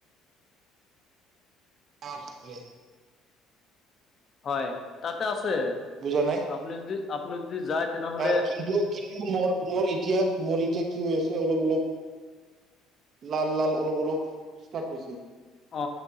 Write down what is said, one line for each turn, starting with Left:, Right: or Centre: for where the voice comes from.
Right: অ তে <unintelligible>
Left: হয় তাতে আছে।
Right: বুজা নাই।
Left: আপনি যদি, আপোনি যদি যায়। তেনেহ'লে
Right: ত, কিন্তু কিন্তু মোৰ মোৰ এতিয়া মোৰ এতিয়া কি হৈ আছে অলপ অলপ। লাল লাল অলপ অলপ ষ্টাৰ্ট হৈছে।
Left: অ,